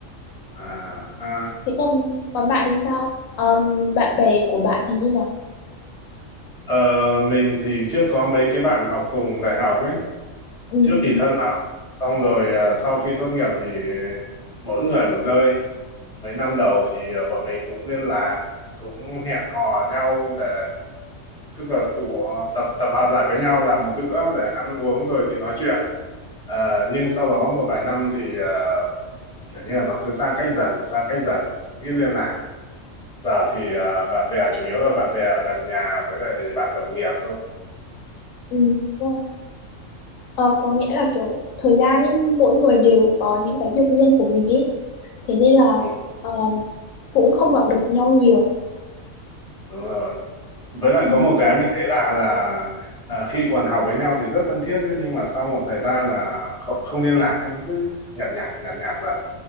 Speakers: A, in the centre; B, on the left (about 85°).
A: à, ha.
B: thế còn còn bạn thì sao Ờm, bạn bè của bạn thì như nào
A: Ờ, mình thì trước có mấy cái bạn học cùng đại học ấy,
B: ừ,
A: trước thì
B: ừ,
A: thân lắm xong rồi à, sau khi tốt nghiệp thì mỗi người một nơi mấy năm đầu thì à, bọn mình cũng liên lạc cũng hẹn hò nhau để tức là tụ tập tập hợp lại với nhau làm một bữa để ăn uống rồi thì nói chuyện Ờ, nhưng sau đó một vài năm thì à, kiểu như là nó cứ xa cách dần xa cách dần ít liên lạc giờ thì à, bạn bè chủ yếu là bạn bè ở gần nhà với lại bạn đồng nghiệp thôi
B: ừ, đúng rồi. Ờ, có nghĩa là kiểu thời gian ấy mỗi người đều có những cái việc riêng của mình ấy thế nên là
A: Ừ,
B: ờm, cũng không gặp được nhau nhiều
A: đúng rồi với lại
B: ừ.
A: có một cái mình thấy lạ là à, khi còn học với nhau thì rất thân thiết nhá, nhưng mà sau một thời gian là không, không liên lạc ấy, nó cứ nhạt nhạt nhạt nhạt dần